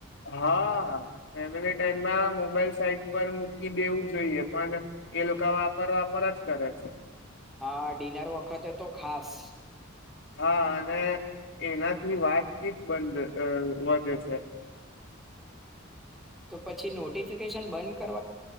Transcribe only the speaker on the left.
હા ફેમિલી ટાઈમમાં મોબાઈલ સાઈટ પર મૂકી દેવું જોઈએ પણ એ લોકો વાપરવાપર જ કરે છે
હા અને એનાથી વાતચીત બ વધે છે